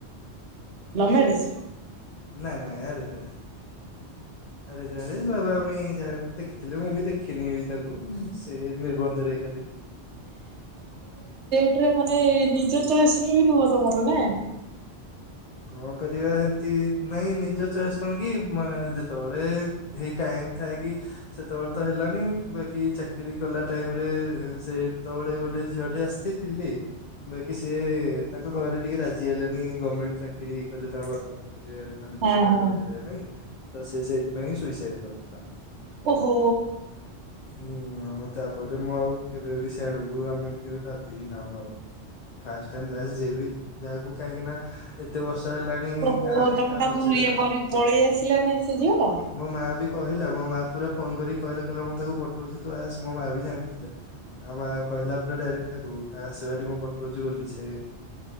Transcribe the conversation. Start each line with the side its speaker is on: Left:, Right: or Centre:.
Right: Love marriage?
Left: ନାଇଁ ନାଇ ଆରେଜ ମ୍ୟାରେଜ୍। ଆରେଜ ମ୍ୟାରେଜ ବାବା ମମି ଯାହାକୁ ଦେଖିଥିଲେ ମୁଁ ବି ଦେଖିନିବି ତା କୁ ସେଇ ନିର୍ବନ୍ଧରେ ଏକା ଦେଖିଲି।
Right: ହେଲେ ମାନେ ନିଜ ଚଏସ୍ ବି ନୁହଁ ତମର ନା?
Left: କଁ କରିବା <unintelligible> ନ୍ତି ନାଇଁ ନିଜ ଚଏସ୍ କଣ କି ମା ଯେତୋବୋଳେ ହେଇ ଟାଇମ୍ ଥାଏ କି ସେତୋବୋଳେ ତ ହେଲାନି। କି ବାକି ଚାକିରୀ କଲା ଟାଇମରେ ସେଇତୋବୋଳେ ଗୋଟେ ଝିଅ ଟେ ଆସିଥିଲି ବାକି ସିଏ ତାଙ୍କ ଘରେ ଟିକେ ରାଜ ଜି ହେଲେଣିି ଗମେଣ୍ଟେ ଚାକିରି କହିଲେ ତାଙ୍କ ବାପା କରିବେ ମାନେ
Right: ହଁ
Left: ବାହାଘର
Right: ହଁ।
Left: କରିବା ପାଇଁ। ତ ସିଏ ସେଥିପାଇଁ ସୁଇସାଇଟ୍ କରିଥିଲା।
Right: ଓହୋ।
Left: ହୁଁ ଆଉ ତାପରେ ମୁଁ ଆଉ କେବେ ବି ସିୟାଡୁକୁ ଆମେ କେବେ ଭାବି ହିଁ ନାହୁଁ ଆଉ। ଫାଷ୍ଟ ଆଣ୍ଡ ଲାଷ୍ଟ ଯିଏବି ଯାହାକୁ କାହିଁକି ନା ଏତେ ବର୍ଷ ହେଲାଣି
Right: ଓହୋ
Left: କାହାକୁ
Right: ତମେ
Left: କାହା
Right: ତାକୁ
Left: ପଛରେ
Right: ଇଏ
Left: ନା
Right: କରି ପଳେଇ ଆସିଲା ନେଇ ସେ ଝିଅ ଟା।
Left: ମୋ ମା ବି କହିଲା ମୋ ମା ପୁରା ଫୋନ୍ କରିକି କହିଲା କହିଲା ମୁଁ ତାକୁ ପଠୋଉଚି ତୁ ଆସ ମୋ ମା ବି ଜାଣିଥିଲା। ଆଉ ମା କହିଲା ପୁରା ଡାଇରେକ୍ଟ ତାକୁ। ଆସେଭାରି ମୁଁ ପଠୋଉଚି ବୋଲି ସେ